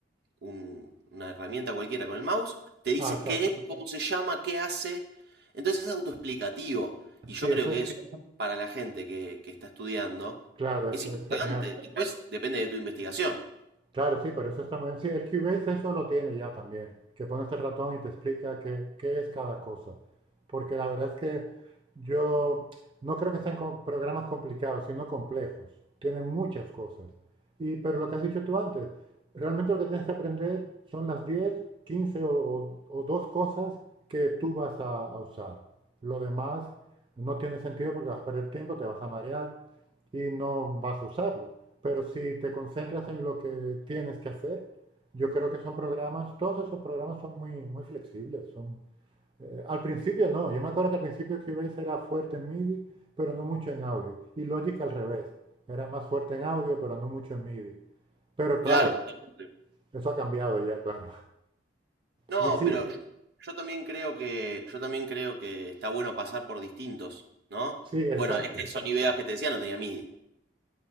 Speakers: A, on the right (about 55°); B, on the right (about 25°).
A: un- una herramienta cualquiera con el mouse, te dice
B: Ah, exacto.
A: qué es, cómo se llama, qué hace. Entonces es autoexplicativo. Y
B: Sí,
A: yo
B: eso
A: creo que
B: es,
A: eso, para la gente que, que está estudiando,
B: claro, eso
A: es importante.
B: es genial.
A: Después depende de tu investigación.
B: Claro, sí, pero eso está muy bien. Sí, el Cubase eso lo tiene ya también, que pones el ratón y te explica qué, qué es cada cosa. Porque la verdad es que yo no creo que sean com- programas complicados, sino complejos. Tienen muchas cosas. Y, pero lo que has dicho tú antes, realmente lo que tienes que aprender son las 10, 15 o, o- o dos cosas que tú vas a, a usar. Lo demás no tiene sentido porque vas a perder tiempo, te vas a marear y no vas a usarlo. Pero si te concentras en lo que tienes que hacer, yo creo que son programas, todos esos programas son muy, muy flexibles. Son, eh, al principio no, yo me acuerdo que al principio Cubase era fuerte en MIDI, pero no mucho en audio. Y Logic al revés, era más fuerte en audio, pero no mucho en MIDI. Pero claro,
A: Claro, totalmente.
B: eso ha cambiado ya, claro.
A: No,
B: <laughs> y sí,
A: pero yo, yo también creo que, yo también creo que está bueno pasar por distintos, ¿no?
B: sí, exacto.
A: Bueno, este Sony Vegas que te decía no tenía MIDI.